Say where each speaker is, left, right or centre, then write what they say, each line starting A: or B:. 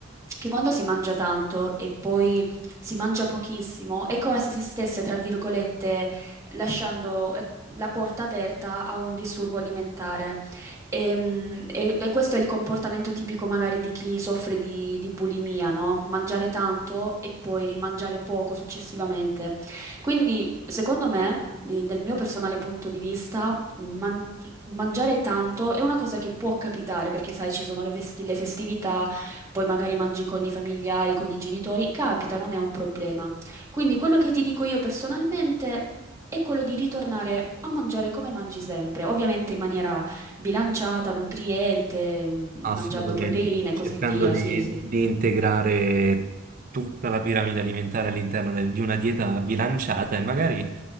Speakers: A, on the right; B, on the right.
A: che quando si mangia tanto e poi si mangia pochissimo, è come se si stesse, tra virgolette, lasciando eh, la porta aperta a un disturbo alimentare. Ehm, E, e questo è il comportamento tipico magari di chi soffre di, di bulimia, no? Mangiare tanto e poi mangiare poco successivamente. Quindi, secondo me, eh, dal mio personale punto di vista, man- mangiare tanto è una cosa che può capitare perché, sai, ci sono le, vesti- le festività, poi magari mangi con i familiari, con i genitori, capita, non è un problema. Quindi quello che ti dico io personalmente è quello di ritornare a mangiare come mangi sempre, ovviamente in maniera bilanciata, nutriente, mm,
B: Assolutamente,
A: mangiando proteine e
B: cercando
A: così via.
B: di,
A: Sì, sì.
B: di integrare tutta la piramide alimentare all'interno del- di una dieta bilanciata e magari,